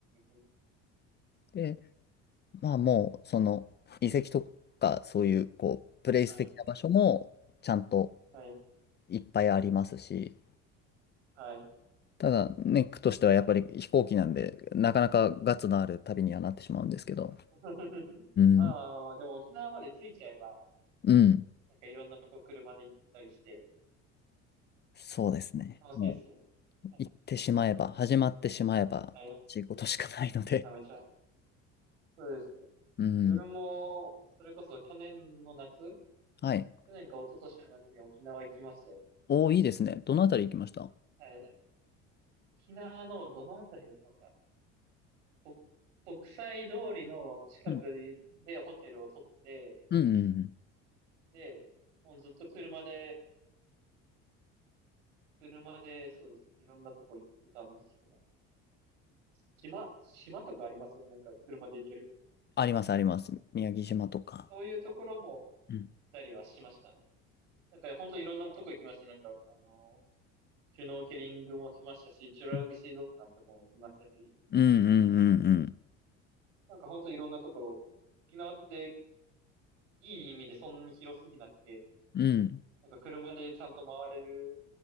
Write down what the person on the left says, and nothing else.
でまあもう、その、遺跡とか、そういう、こう、プレイス的な場所も、
ちゃんと
いっぱいありますし、
ただね、ネックとしてはやっぱり飛行機なんで、なかなかガッツのある旅にはなってしまうんですけど、
うん、
うん、
そうですね。
もう、
行ってしまえば、始まってしまえば、
ちいことしかないので、
<laughs> うん、
はい。
おー、いいですね。どのあたり行きました
うん、うん、うんうん。
あります、あります。宮城島とか。
うん、
うん、うん、うん、うん。
うん